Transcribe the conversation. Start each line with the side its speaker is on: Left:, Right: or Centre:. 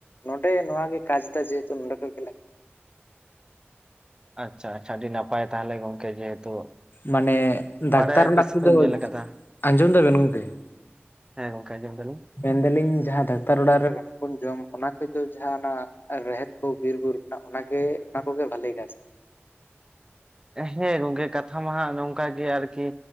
Left: ᱱᱚᱰᱮ ᱱᱚᱣᱟ ᱜᱮ ᱠᱟᱡ ᱫᱚ ᱡᱮᱦᱮᱛᱩ ᱱᱚᱰᱮ ᱠᱷᱚᱡ ᱜᱮ ᱞᱟᱜᱼᱟ
Right: ᱟᱪᱪᱷᱟ ᱟᱪᱪᱷᱟ ᱟᱹᱰᱤ ᱱᱟᱯᱟᱭ ᱛᱟᱦᱚᱞᱮ ᱜᱚᱝᱠᱮ ᱡᱮᱦᱮᱛᱩ
Left: ᱢᱟᱱᱮ ᱰᱟᱠᱛᱟᱨ
Right: ᱵᱟᱲᱟᱭᱟᱯᱮ
Left: ᱨᱮᱲᱟᱜ
Right: ᱥᱮᱯᱮ
Left: ᱠᱚᱫᱚ,
Right: ᱧᱮᱞ ᱟᱠᱟᱫᱟ
Left: ᱟᱸᱡᱚᱢ ᱫᱟ ᱜᱟᱱᱚᱜ ᱜᱤᱭᱟ᱾
Right: ᱦᱮᱸ ᱜᱚᱝᱠᱮ ᱟᱡᱚᱢ ᱫᱟᱞᱤᱧ
Left: ᱢᱮᱱ ᱫᱟᱞᱤᱧ ᱡᱟᱦᱟᱸ ᱰᱟᱠᱛᱟᱨ ᱚᱲᱟᱜ ᱨᱮ ᱨᱟᱱ ᱠᱚ ᱡᱚᱢ ᱚᱱᱟ ᱜᱚᱡ ᱫᱚ ᱡᱟᱦᱟᱸ ᱟᱱᱟ ᱨᱮᱦᱮᱫ ᱠᱚ ᱵᱤᱨᱼᱵᱩᱨᱩ ᱨᱮᱱᱟᱜ ᱚᱱᱟᱜᱮ ᱚᱱᱟ ᱠᱚᱜᱮ ᱵᱷᱟᱹᱞᱮ ᱠᱟᱡᱽ
Right: ᱦᱮᱸ ᱜᱚᱝᱠᱮ ᱠᱟᱛᱷᱟ ᱢᱟ ᱚᱱᱮ ᱱᱚᱝᱠᱟ ᱜᱮ ᱟᱨᱠᱤ